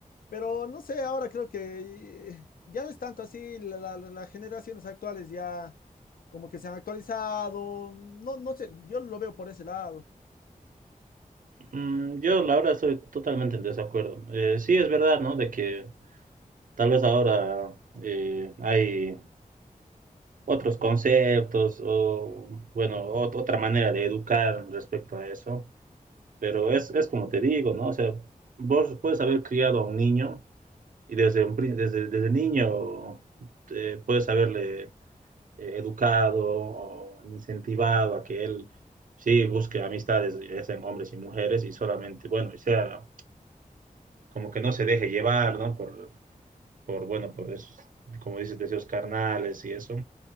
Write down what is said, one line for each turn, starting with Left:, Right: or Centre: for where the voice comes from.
Left: Pero no sé, ahora creo que eh, ya no es tanto así, la- la- la- las generaciones actuales ya como que se han actualizado, no, no sé, yo lo veo por ese lado.
Right: Mm, Yo, la verdad, estoy totalmente en desacuerdo. Eh, sí, es verdad, ¿no? De que tal vez ahora eh, hay otros conceptos o, bueno, ot- otra manera de educar respecto a eso. Pero es, es como te digo, ¿no? O sea, vos puedes haber criado a un niño y desde, un pri- desde, desde niño eh, puedes haberle eh, educado o incentivado a que él sí busque amistades, ya sean hombres y mujeres, y solamente, bueno, y sea como que no se deje llevar, ¿no? Por, por bueno, por esos, como dices, deseos carnales y eso.